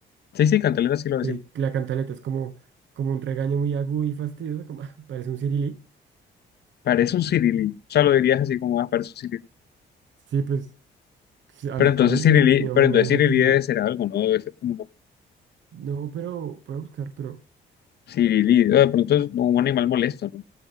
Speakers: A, on the left; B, on the right.
A: Sí, sí, cantaleta sí lo decimos.
B: Sí, la cantaleta es como, como un regaño muy agudo y fastidioso, como <laughs> parece un cirilí.
A: Parece un cirilí. O sea, lo dirías así como, ah, parece un cirilí.
B: Sí, pues sí, a,
A: Pero
B: a
A: entonces
B: mí sí,
A: Cirilí,
B: mi mamá
A: pero
B: me
A: entonces
B: dice
A: Cirilí
B: cirilí.
A: debe ser algo, ¿no? Debe ser como ¿no?
B: No, pero puedo buscar, pero
A: Cirilí. Ah, De pronto es un animal molesto, ¿no?